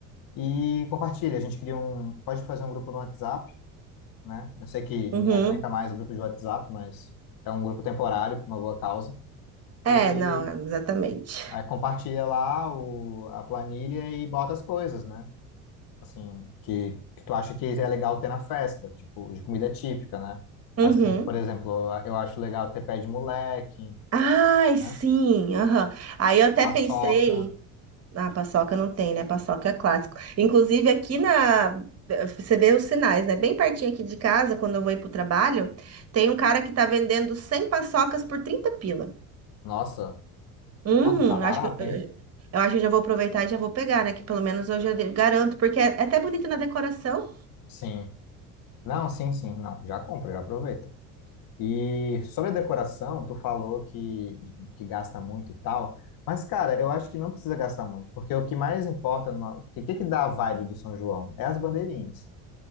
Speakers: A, on the left; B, on the right.
A: E compartilha, a gente cria um, pode fazer um grupo no WhatsApp, né? Eu sei que ninguém
B: uhum.
A: aguenta mais o grupo de WhatsApp, mas é um grupo temporário por uma boa causa.
B: É,
A: E
B: não, exatamente.
A: aí compartilha lá o, a planilha e bota as coisas, né? Assim, que, que tu acha que é legal ter na festa, tipo, de comida típica, né?
B: Uhum.
A: Assim, por exemplo, eu acho legal ter pé de moleque,
B: Ai,
A: né?
B: sim, aham. Aí eu até
A: Paçoca.
B: pensei, ah, paçoca não tem, né? Paçoca é clássico. Inclusive aqui na, você vê os sinais, né? Bem pertinho aqui de casa, quando eu vou ir pro trabalho, tem um cara que tá vendendo 100 paçocas por 30 pila.
A: Nossa,
B: Hum,
A: ó, tá barato,
B: acho que eu,
A: hein?
B: eu acho que eu já vou aproveitar e já vou pegar, né? Que pelo menos eu já de- garanto, porque é é até bonito na decoração.
A: Sim. Não, sim, sim, não. Já compra, já aproveita. E sobre a decoração, tu falou que, que gasta muito e tal, mas cara, eu acho que não precisa gastar muito, porque o que mais importa, numa- porque o que que dá a vibe do São João? É as bandeirinhas.